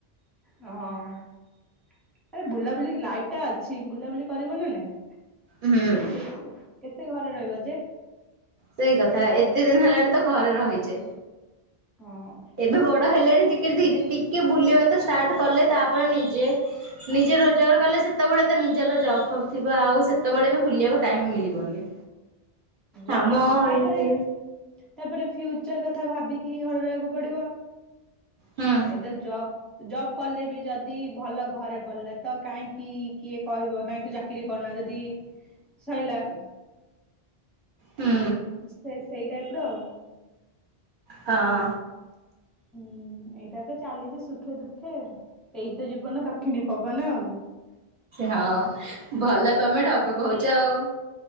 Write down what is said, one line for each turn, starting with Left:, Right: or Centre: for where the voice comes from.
Centre: ହଁ ଆରେ ବୁଲାବୁଲି ଲାଇଫ ଟା ଅଛି ବୁଲାବୁଲି କରିବ ନା ନାଇଁ
Right: ହୁଁ
Centre: କେତେ? କେତେ ଘରେ ରହିବ ଯେ
Right: ସେଇ କଥା ଏତେ ଦିନ ହେଲାଣି ତ ଘରେ ରହିଛେ
Centre: ହଁ।
Right: ଏବେ ବଡ ହେଲେଣି ଟିକେ ଟ ଟିକେ ବୁଲିବା ତ ଷ୍ଟାର୍ଟ କଲେ ତାପରେ ନିଜେ ନିଜେ ରୋଜଗାର କଲେ ସେତେବେଳେ ତ ନିଜର ଜବ ଥିବ ଆଉ ସେତେବେଳେ ବି ବୁଲିବାକୁ ଟାଇମ ମିଳିବନି
Centre: ଆଉ
Right: ଆମ
Centre: ତାପରେ
Right: ଏ ସେ
Centre: ତାପରେ ଫ୍ୟୁଚର କଥା କଥା ଭାବିକି ଘରେ ରହିବାକୁ ପଡିବ
Right: ହୁଁ
Centre: ଆଇଦ ଜୋବ ଜବ କଲେ ବି ଯଦି ଭଲ ଘରେ ପଡିଲା ତ କାହିଁକି କିଏ କହିବ କାଇହିଁ ତୁ ଚାକିରିୀ କରୁନା ଯଦି ସରିଲା।
Right: ହୁଁ
Centre: ସେ ସେଇ ଟାଇପ ର ଆଉ
Right: ହଁ
Centre: ହୁଁ ଏଇଟାପରେ ଚାଲିଛି ସୁଖେ ଦୁଃଖେ ଏଇତ ଜୀବନ ଦକ୍ଷିଣୀ ପବନ ଆଉ
Right: ହଁ ଭଲ ତମେ ଠକ କହୁଛ ଆଉ